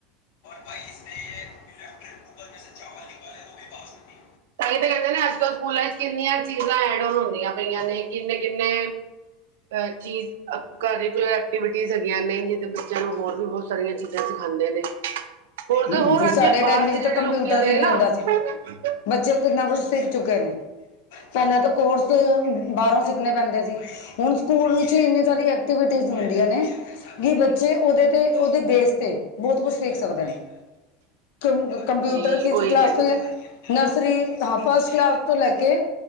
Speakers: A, on the left; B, on the right.
A: ਭਾਈ ਇਸਨੇ ਇਲੈਕਟ੍ਰਿਕ ਕੁੂਕਰ ਮੇਂ ਸੇ ਚਾਵਲ ਨਿਕਾਲੇ, ਉਹ ਵੀ ਬਾਸਮਤੀ।
B: ਤਾਂ ਹੀ ਤਾਂ ਕਹਿੰਦੇ ਨੇ, ਅੱਜ ਕੱਲ ਸਕੂਲਾਂ ਵਿੱਚ ਕਿੰਨੀਆਂ ਚੀਜ਼ਾਂ ਐਡ ਓਨ ਹੁੰਦੀਆਂ ਪਈਆਂ ਨੇ ਕਿੰਨੇ-ਕਿੰਨੇ ਅਹ ਚੀਜ਼ ਕਰੀਕਲਰ ਐਕਟੀਵਿਟੀ ਹੈਗੀਆਂ ਨੇ ਜਿ ਬੱਚਿਆਂ ਨੂੰ ਹੋਰ ਵੀ ਬਹੁਤ ਸਾਰੀਆਂ ਚੀਜ਼ਾਂ ਸ ਖਾਂਦੇ ਨੇ ਹੋਰ ਤਾਂ
A: ਹਮ
B: ਹੋਰ
A: ਜੀ
B: ਅੱਜ
A: ਸਾਡੇ
B: ਕੱਲ੍ਹ
A: ਟਾਈਮ
B: ਬਾਹਰ
A: ਵਿੱਚ
B: ਦੇ ਜਿਹੜੇ
A: ਤਾਂ ਕੰਪਿਊਟਰ
B: ਲੋਕੀ ਹੈਗੇ
A: ਵੀ
B: ਨੇ
A: ਨਹੀਂ
B: ਨਾ
A: ਹੁੰਦਾ ਸੀ ਬੱਚੇ ਕਿੰਨਾ ਕੁਛ ਸਿੱਖ ਚੁੱਕੇ ਨੇ। ਪਹਿਲਾਂ ਤਾਂ ਕੋਰਸ ਬਾਹਰੋਂ ਸਿੱਖਣੇ ਪੈਂਦੇ ਸੀ ਹੁਣ ਸਕੂਲ ਵਿੱਚ ਇੰਨੀ ਸਾਰੀ ਐਕਟੀਵਿਟੀ ਜ਼ ਹੁੰਦੀਆਂ ਨੇ ਕਿ ਬੱਚੇ ਉਹਦੇ ਤੇ ਉਹਦੇ ਬੇਸ ਤੇ ਬਹੁਤ ਕੁਛ ਸਿਖ ਸਕਦੇ ਨੇ। ਕੰ ਕੰਪਿਊਟਰ
B: ਜੀ
A: ਫਿਫਥ
B: ਉਹੀ
A: ਕਲਾਸ
B: ਕਹਿ
A: ਤੋਂ
B: ਰਹੀ
A: ਜਾਂ
B: ਹਾਂ
A: ਨਰਸ ਹਾਂ ਫਸਟ ਕਲਾਸ ਤੋਂ ਲੈ ਕੇ